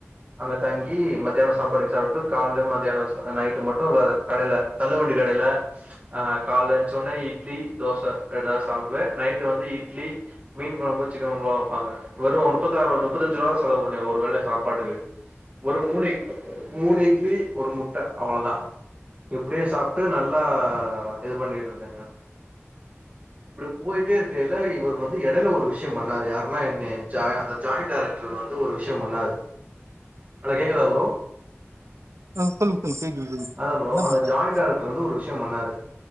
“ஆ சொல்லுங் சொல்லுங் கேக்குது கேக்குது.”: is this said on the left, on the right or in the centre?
Right